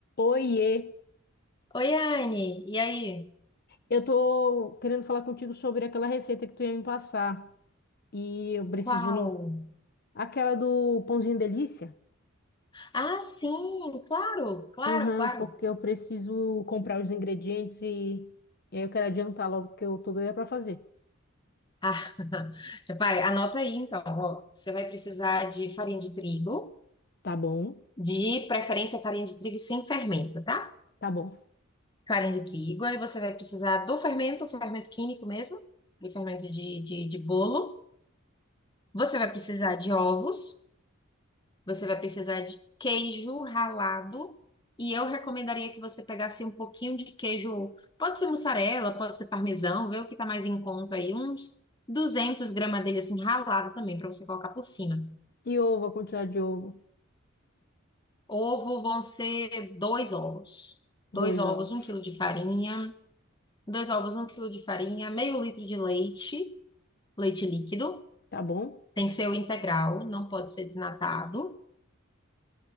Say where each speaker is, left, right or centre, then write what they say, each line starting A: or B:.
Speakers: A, on the left; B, on the left.
A: Oiê,
B: Oi, Anne, e aí?
A: eu tô querendo falar contigo sobre aquela receita que tu ia me passar. E eu preciso
B: Qual?
A: de no... aquela do pãozinho delícia.
B: Ah, sim, claro, claro,
A: Aham,
B: claro.
A: porque eu preciso comprar os ingredientes e... e aí eu quero adiantar logo que eu tô doida pra fazer.
B: Ah, <laughs> vai, anota aí então. ó. você vai precisar de farinha de trigo,
A: Tá bom?
B: de preferência farinha de trigo sem fermento, tá?
A: Tá bom.
B: Farinha de trigo, aí você vai precisar do fermento, fermento químico mesmo, do fermento de, de, de bolo. Você vai precisar de ovos. Você vai precisar de queijo ralado. E eu recomendaria que você pegasse um pouquinho de queijo. Pode ser mussarela, pode ser parmesão, vê o que tá mais em conta aí. Uns 200 gramas dele assim ralado também, para você colocar por cima.
A: E ovo, a quantidade de ovo?
B: Ovo vão ser dois ovos. Dois
A: Dois
B: ovos,
A: ovos.
B: um quilo de farinha. Dois ovos, um quilo de farinha. Meio litro de leite, leite líquido.
A: Tá bom?
B: Tem que ser o integral, não pode ser desnatado.